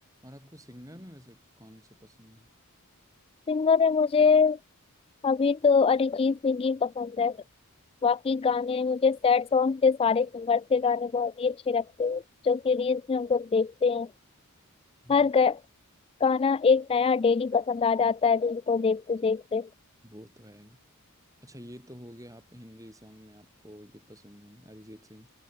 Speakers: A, on the right; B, on the left.
A: और आपको सिंगर में वैसे कौन से पसंद है
B: सिंगर है मुझे अभी तो अरिजीत सिंह ही पसंद है बाकी गाने मुझे सैड सॉन्ग के सारे सिंगर के गाने बहुत ही अच्छे लगते हैं जो कि रील्स में हम लोग देखते हैं
A: हाँ
B: हर गा- गाना एक नया डेली पसंद आ जाता है रील को देखते देखते
A: वो तो है ही अच्छा ये तो हो गया आप हिंदी सॉन्ग में आपको ये पसंद है अरिजीत सिंह